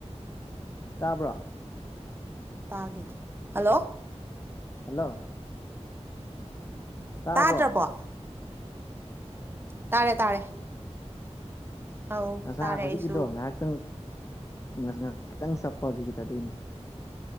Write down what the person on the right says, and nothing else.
ꯇꯒꯤꯗ꯭ꯔꯦ ꯍꯂꯣ
ꯇꯥꯗ꯭ꯔꯕꯣ ꯇꯥꯔꯦ ꯇꯥꯔꯦ ꯑꯧ
ꯇꯥꯔꯦ
ꯑꯩꯁꯨ